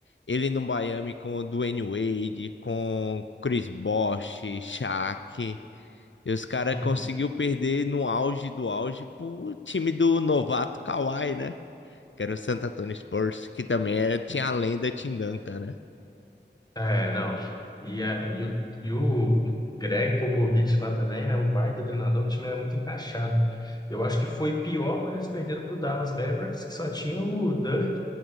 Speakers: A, on the left; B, on the left.
A: ele no Miami com o Dwayne Wade, com Chris Bosh, Shaq, e os caras
B: Uhum.
A: conseguiu perder no auge do auge pro time do novato Kawhi, né? Que era o Santo Antonio Spurs, que também era, tinha a lenda Tim Duncan, né?
B: É, não. E, a- e, o, e o Greg Popovich lá também, né? Um baita treinador, o time era muito encaixado. Eu acho que foi pior quando eles perderam para o Dallas Mavericks, que só tinha o Dirk,